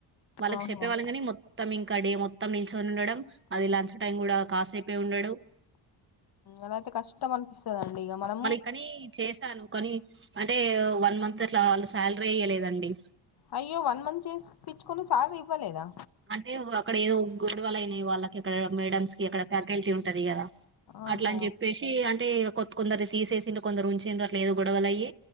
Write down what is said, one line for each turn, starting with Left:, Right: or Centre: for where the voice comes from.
Right: వాళ్ళకి
Left: ఆహా
Right: చెప్పేవాళ్ళం కాని మొ త్తం ఇంకా డే మొత్తం నిల్చొని ఉండడం, అది లంచ్ టైం కూడా కాసేపే ఉండడు.
Left: అలాయితే కష్టం అనిపిస్తదండి ఇగ మనం
Right: మళ్ళి కాని చేశాను కానీ అంటే వన్ మంత్ అట్లా వాళ్ళు సాలరీ ఈయలేదండి.
Left: అయ్యో వన్ మంత్ చేసి పిచ్చుకొని సాలరీ ఇవ్వలేదా.
Right: అంటే అక్కడ ఏవో గొడవలు అయినయి వాళ్ళకి అక్కడ మేడమ్స్ కి అక్కడ ఫ్యాకల్టీ ఉంటది కదా
Left: ఆహా
Right: అట్లా అని చెప్పేశి తే అంటే కొత్ కొందరు తీసేసింరు కొందరు ఉంచిర్రు అట్ల ఏవో గొడవలయి